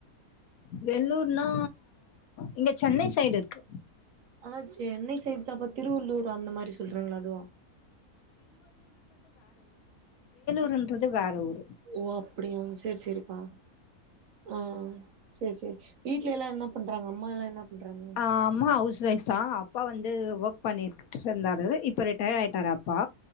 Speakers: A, on the left (about 70°); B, on the right (about 65°).
A: வெல்லூர்னா இங்க சென்னை சைடு இருக்கு
B: அதா சென்னை சைடுதாப்பா திருவள்ளூர் அந்த மாரி சொல்றிங்களா அதுவா
A: ன்றது வேற ஊர்
B: ஓ அப்டியா செரி செரிப்பா ஆ செரி செரி வீட்ல எல்லா என்ன பண்றாங்க அம்மாலா என்ன பண்றாங்க
A: ஆ அம்மா ஹவுஸ் ஒய்ஃப்தா அப்பா வந்து ஒர்க் பண்ணிட்ருந்தாரு இப்ப ரிட்டையராயிட்டாரு அப்பா